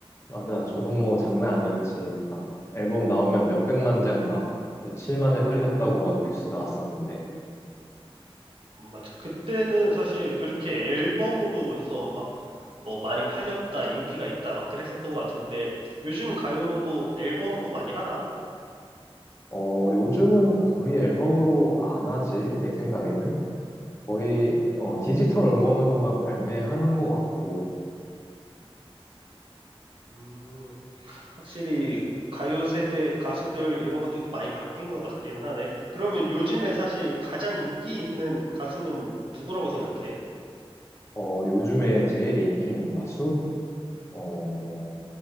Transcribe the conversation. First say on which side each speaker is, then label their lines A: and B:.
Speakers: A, on the left; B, on the right.
A: 맞아. 조성모 장난 아니었지. 막 앨범 나오면 몇백만 장 막 며칠 만에 팔렸다고 막 뉴스 나왔었는데.
B: 맞아. 그때는 사실 그렇게 앨범으로 해서 막 뭐 많이 팔렸다, 인기가 있다, 막 그랬었던 것 같은데 요즘 가요도 앨범으로 많이 하나?
A: 어, 요즘은 거의 앨범으로 안 하지, 내 생각에는. 거의 어, 디지털 음원으로만 발매하는 것 같고.
B: 음, 확실히 가요 세대 가수들 이런 것들도 많이 바뀐 것 같긴 하네. 그러면 요즘에 사실 가장 인기 있는 가수는 누구라고 생각해?
A: 어, 요즘에 제일 인기 있는 가수? 어,